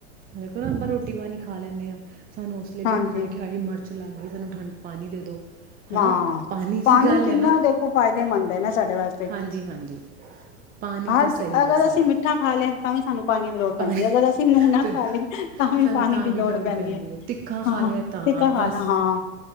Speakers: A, on the right; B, on the left.
A: ਦੇਖੋ ਨਾ ਆਪਾਂ ਰੋਟੀ ਪਾਣੀੀ ਖਾ ਲੈਂਦੇ ਹਾਂ ਸਾਨੂੰ ਉਸ ਲਈ
B: ਹਾਂਜੀ
A: ਵੀ ਹੁੰਦਾ ਹੈ ਮਿਰਚ ਲੱਗ ਗਈ ਸਾਨੂੰ ਠੰਡ ਪਾਣੀ ਦੇ ਦਿਉ ਹੈ
B: ਵਾਂ
A: ਨਾ ਦੀ
B: ਪਾਣੀ
A: ਗੱਲ
B: ਕਿੰਨਾ
A: ਹੈ ਨਾ
B: ਦੇਖੋ ਫਾਇਦੇਮੰਦ ਹੈ ਨਾ ਸਾਡੇ ਵਾਸਤੇ
A: ਹਾਂਜੀ ਹਾਂਜੀ ਪਾਣੀ ਤਾਂ
B: ਹਰ
A: ਸਹੀ
B: ਚ ਅਗਰ
A: ਹੈ ਸਾਰਾ
B: ਅਸੀਂ ਮਿੱਠਾ ਖਾ ਲਿਆ ਤਾਂ ਵੀ ਸਾਨੂੰ ਪਾਣੀ ਦੀ ਲੋੜ ਪੈਂਦੀ
A: ਪਾਣੀ
B: ਹੈ ਅਗਰ ਅਸੀਂ ਨੂੰਹ ਨਾ
A: ਬਿਲਕੁਲ
B: ਖਾ ਲਏ ਤਾਂ ਵੀ
A: ਸਾਨੂੰ
B: ਪਾਣੀ
A: ਤਾਂ
B: ਦੀ
A: ਵੀ
B: ਲੋੜ ਪੈਂਦੀ ਹੈ
A: ਤਿੱਖਾ ਖਾ
B: ਹਾਂ
A: ਲਿਆ ਤਾਂ
B: ਤਿੱਖਾ ਖਾ
A: ਬਸ
B: ਲੈ ਹਾਂ